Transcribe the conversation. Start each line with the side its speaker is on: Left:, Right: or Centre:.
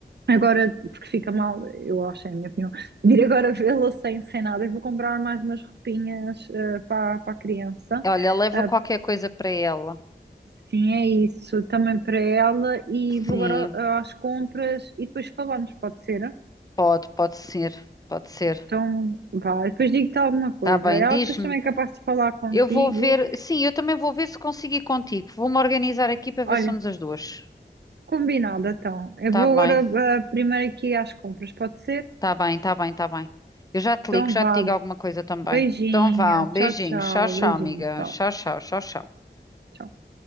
Right: agora, porque fica mal, eu acho, é a minha opinião, de ir agora vê-la sem, sem nada. Eu vou comprar mais umas roupinhas ah, para, para a criança.
Left: Olha, leva
Right: Ah,
Left: qualquer coisa para ela.
Right: sim, é isso, também para ela. E
Left: Sim,
Right: vou agora ah, às compras e depois falamos, pode ser?
Left: pode, pode ser, pode ser.
Right: Então, vá, depois digo-te alguma coisa.
Left: Tá bem,
Right: Ela
Left: diz-me.
Right: depois também é capaz de falar contigo.
Left: Eu vou ver. Sim, eu também vou ver se consigo ir contigo. Vou-me organizar aqui para ver
Right: Olha.
Left: se somos as duas.
Right: Combinado, então. Eu
Left: Tá
Right: vou
Left: bem,
Right: agora ah, primeiro aqui às compras, pode ser?
Left: tá bem, tá bem, tá bem. Eu já te
Right: Então
Left: ligo, já
Right: vá,
Left: te digo alguma coisa também.
Right: beijinho,
Left: Então vá, um beijinho.
Right: tchau, tchau,
Left: Tchau, tchau,
Right: beijinho,
Left: amiga.
Right: tchau.
Left: Tchau, tchau, tchau, tchau.
Right: tchau.